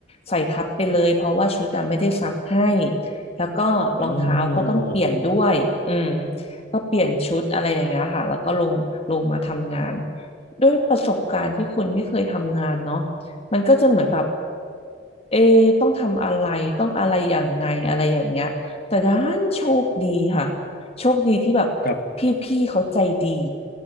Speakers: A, on the left (about 35°); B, on the left (about 50°).
A: ใส่ทับไปเลยเพราะว่าชุดอะไม่ได้ซักให้ แล้วก็รองเท้าก็ต้องเปลี่ยนด้วยอืม
B: อ๋อ
A: ก็เปลี่ยนชุดอะไรอย่างเงี้ยค่ะแล้วก็ลงลงมาทำงานด้วยประสบการณ์ที่คุณไม่เคยทำงานเนาะมันก็จะเหมือนแบบเอะต้องทำอะไรต้องอะไรอย่างไงอะไรอย่างเงี้ยแต่ด้านโชคดีค่ะโชคดีที่แบบพี่ๆเขาใจดี
B: ครับ